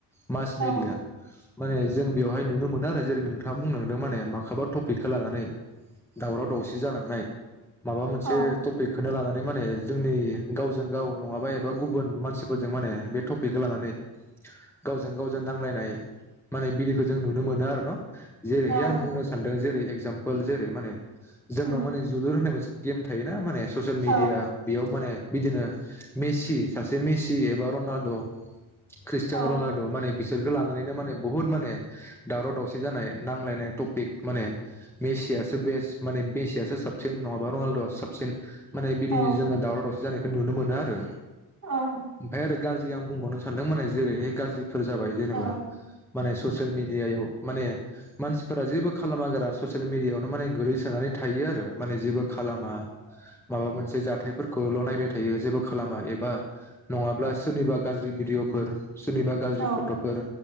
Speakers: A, in the centre; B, on the right (about 35°).
A: मास
B: औ
A: मेडिया माने जों बेवहाय नुनो मोनदों आरो जेरै नोंथां थाङा बुंनांदों माने माखोबा टपिकखौ लानानै दावराव दावसि जालांनाय माबा मोनसे
B: औ
A: टपिकखोनो लानानै बे माने जोंनि गावजों गाव नङाबा एबा गुबुन मानसिफोर जों माने बे टपिकखौ लानानै गावजों गावजों नांलायनाय माने बिदिखो जों नुनो मोनो आरो न। जेरैहाय
B: औ
A: आं
B: नंगौ
A: बुंनो सानदों जेरै एगजामपोल जेरै माने जोंनाव
B: उम
A: माने जोलुर होननाय मोनसे गेम थायोना माने ससियेल
B: औ
A: मिडिया बेयाव माने बिदिनो मेसि सासे मेसि रनाल्ड' ख्रिस्टियान'
B: औ
A: रनाल्द माने बिसोरखो ला नानैनो माने बुहुद माने दावराव दावसि जानाय नांलायनाय टपिक माने मेसियासो बेस् माने मेसियासो साबसिन नङाबा रनाल्द' साबसिन माने बिदि
B: औ
A: जों दावराव दावसि जानाय खो नुनो मोनो आरो।
B: औ
A: ओमफाय आरो गाज्रि आं बुंबावनो सानदोंमोनै जेरैहाय गाज्रि फोर जाबाय जेनेबा
B: औ
A: माने ससियेल मि मिडियाव माने मानसिफोरा जेबो खालामा गारा ससेल मिडियाआवनो माने गोलैसोनानै थायो आरो माने जेबो खालामा माबा मोनसे जाथायफोरखौल' नायबाय थायो जेबो खालामा एबा नङाब्ला सोरनिबा गाज्रि भिडिअ'फोर सोरनिबा गाज्रि
B: औ
A: फट'फोर